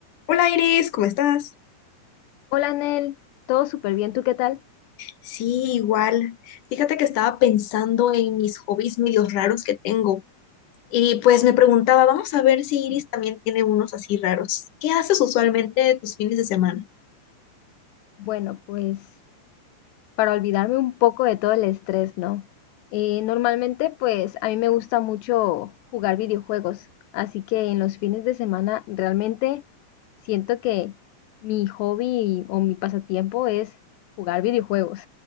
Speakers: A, on the left; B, on the left.
A: Hola Iris, ¿cómo estás?
B: Hola Nel, todo súper bien, ¿tú qué tal?
A: Sí, igual. Fíjate que estaba pensando en mis hobbies medios raros que tengo y pues me preguntaba, vamos a ver si Iris también tiene unos así raros. ¿Qué haces usualmente tus fines de semana?
B: Bueno, pues para olvidarme un poco de todo el estrés, ¿no? Eh, normalmente, pues a mí me gusta mucho jugar videojuegos, así que en los fines de semana realmente siento que mi hobby o mi pasatiempo es jugar videojuegos